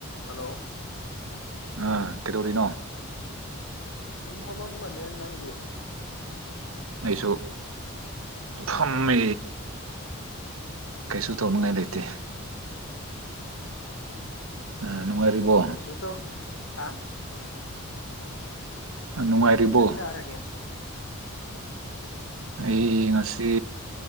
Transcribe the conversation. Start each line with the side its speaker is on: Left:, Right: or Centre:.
Left: hello
Right: ꯑꯥ ꯀꯩꯗꯧꯔꯤꯅꯣ
Left: ꯁꯨꯝꯍꯃꯝ ꯃꯅꯦ ꯅꯪꯗꯤ
Right: ꯑꯩꯁꯨ ꯐꯝꯃꯦ ꯀꯩꯁꯨ ꯇꯧꯅꯤꯡꯉꯥꯏ ꯂꯩꯇꯦ
Left: <inaudible>
Right: ꯑ ꯅꯨꯡꯉꯥꯏꯔꯤꯕꯣ
Left: ꯀꯩꯁꯨ ꯇꯧ ꯍꯥ
Right: ꯅꯨꯡꯉꯥꯏꯔꯤꯕꯣ
Left: ꯀꯩꯖꯪ ꯆꯔꯒꯦ
Right: ꯑꯩ ꯉꯁꯤ